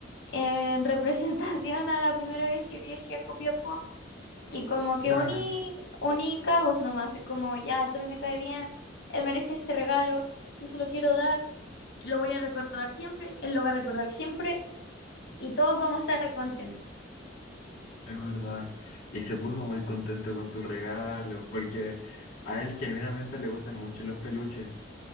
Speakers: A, on the left; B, on the left.
A: en <laughs> representación a la primera vez que viajé a Copiapó Y como que
B: claro,
A: uní, uní cabos nomás, y como ya, el Tommy me cae bien, él merece este regalo, yo se lo quiero dar, lo voy a recordar siempre, él lo va a recordar siempre y todos vamos a estar contentos.
B: es verdad. Y se puso muy contento con tu regalo, porque a él genuinamente le gustan mucho los peluches.